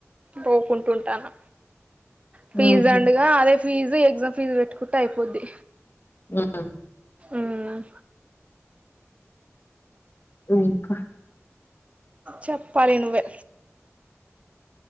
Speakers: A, on the right; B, on the left.
A: పోకుంటుంటాన్న ఫీజ్
B: ఉహు
A: దండుగా, అదే ఫీజ్ ఎగ్జామ్ ఫీజ్ పెట్టుకుంటే అయిపోద్ది.
B: ఉమ్మ్
A: ఉమ్
B: ఉమ్ ఇంకా
A: చెప్పాలి నువ్వే